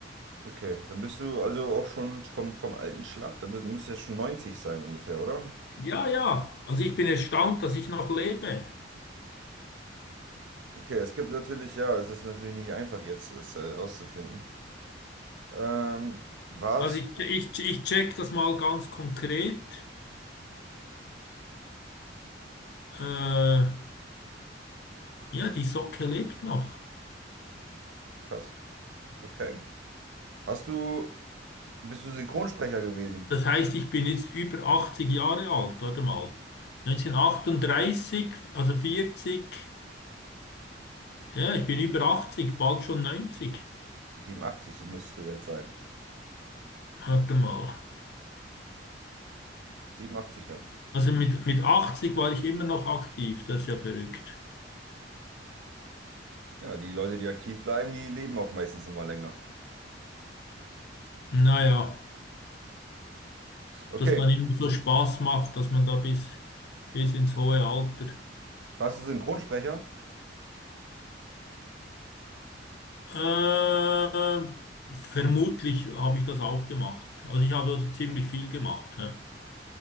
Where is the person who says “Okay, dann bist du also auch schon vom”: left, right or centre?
Right